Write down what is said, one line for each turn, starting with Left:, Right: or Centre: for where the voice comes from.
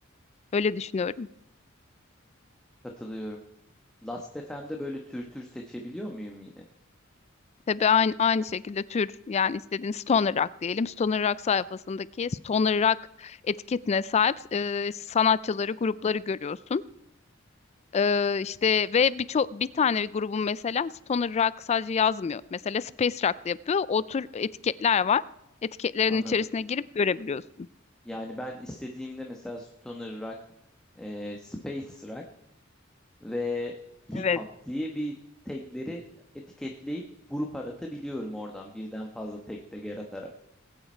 Left: Öyle düşünüyorum.
Centre: Katılıyorum. Last FM'de böyle tür tür seçebiliyor muyum yine?
Left: Tabii aynı, aynı şekilde tür yani istediğin stoner rock diyelim. Stoner rock sayfasındaki stoner rock etiketine sahip e, sanatçıları, grupları
Centre: Hı hı,
Left: görüyorsun. Ee, işte ve birçok bir tane bir grubun mesela stoner rock sadece yazmıyor. Mesela space rock da yapıyor. O tür etiketler var. Etiketlerin
Centre: anladım.
Left: içerisine girip görebiliyorsun.
Centre: Yani ben istediğimde mesela stoner rock, e, space rock ve
Left: Evet.
Centre: hip hop diye bir tagleri etiketleyip grup aratabiliyorum oradan birden fazla tag de yaratarak.